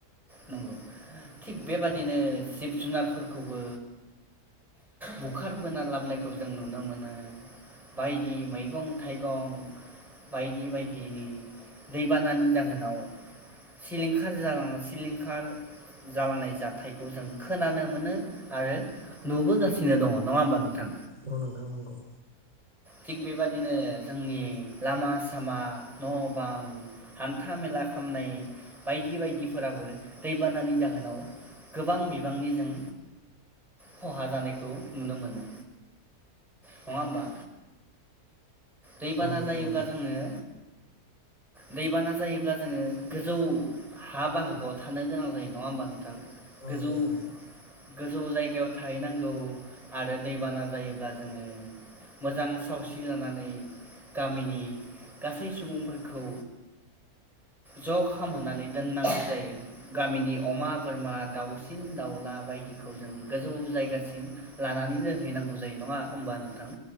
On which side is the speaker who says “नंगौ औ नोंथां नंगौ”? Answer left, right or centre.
Right